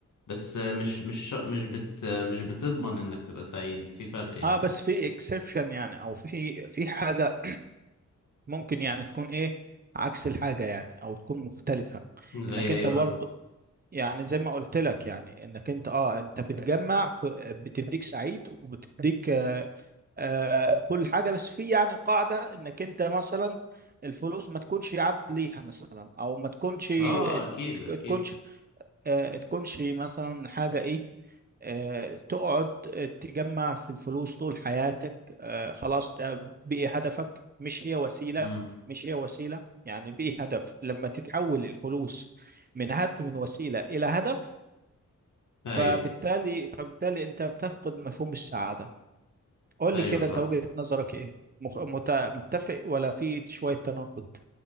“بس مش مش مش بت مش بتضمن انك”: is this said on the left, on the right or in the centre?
Left